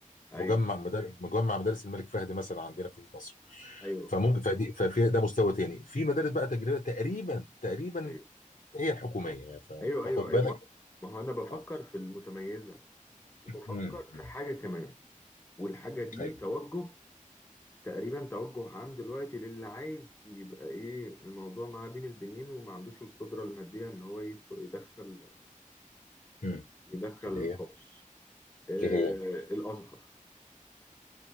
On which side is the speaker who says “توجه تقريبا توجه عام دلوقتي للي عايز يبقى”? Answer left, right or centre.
Left